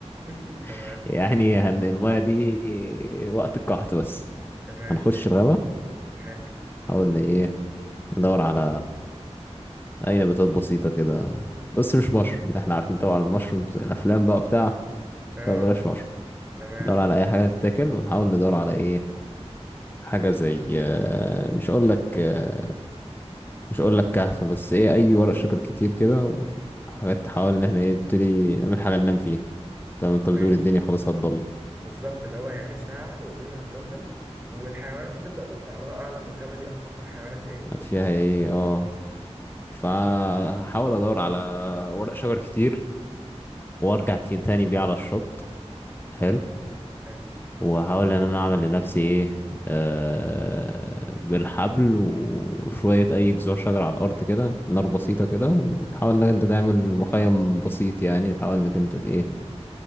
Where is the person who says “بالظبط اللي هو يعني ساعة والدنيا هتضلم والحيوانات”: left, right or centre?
Right